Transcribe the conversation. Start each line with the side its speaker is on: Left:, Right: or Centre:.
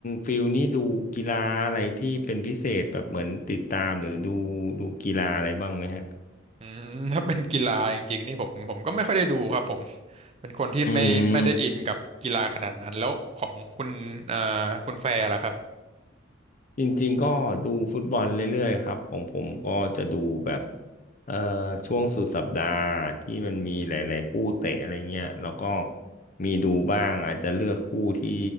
Left: ฟิลนี่ดูกีฬาอะไรที่เป็นพิเศษแบบเหมือนติดตามหรือดูดูกีฬาอะไรบ้างไหมฮะ
Right: อืม <laughs> ถ้าเป็นกีฬาจริงๆนี่ผมผมก็ไม่ค่อยได้ดูครับผมเป็นคนที่ไม่ไม่ได้อินกับกีฬาขนาดนั้นแล้วของคุณเอ่อ
Left: อืม
Right: คุณแฟร์ล่ะครับ
Left: จริงๆก็ดูฟุตบอลเรื่อยๆครับของผมก็จะดูแบบเอ่อช่วงสุดสัปดาห์ที่มันมีหลายๆคู่เตะอะไรเงี้ยแล้วก็มีดูบ้างอาจจะเลือกคู่ที่